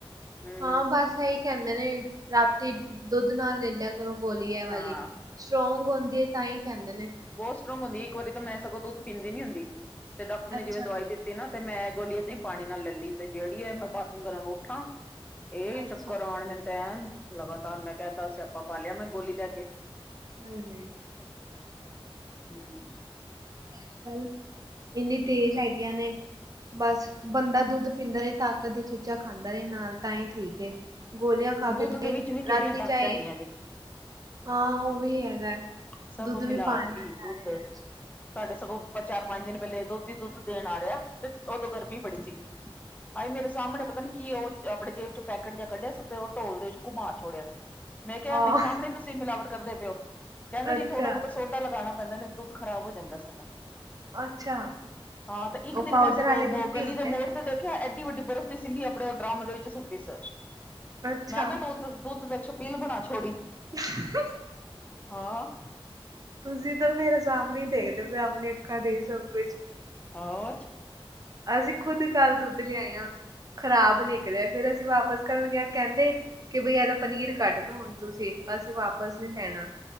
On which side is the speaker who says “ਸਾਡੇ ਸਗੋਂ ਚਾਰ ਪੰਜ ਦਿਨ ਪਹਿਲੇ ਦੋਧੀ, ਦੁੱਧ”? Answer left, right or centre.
Left